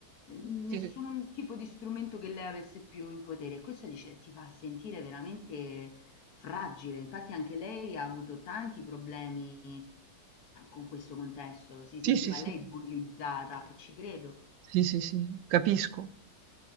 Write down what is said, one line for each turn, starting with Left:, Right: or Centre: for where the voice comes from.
Left: nessun
Right: sì,
Left: tipo di strumento che lei avesse più in potere. Questo dice, ti fa sentire veramente Fragile, infatti anche lei ha avuto tanti problemi con questo contesto, si
Right: sì,
Left: sentiva
Right: sì, sì,
Left: lei bullizzata e ci credo.
Right: sì, sì, sì, capisco.